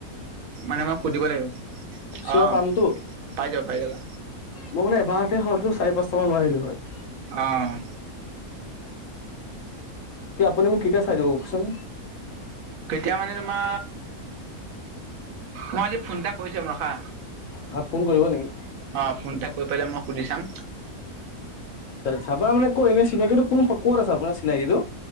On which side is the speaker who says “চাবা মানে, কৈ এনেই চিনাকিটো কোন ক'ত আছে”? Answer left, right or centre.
Left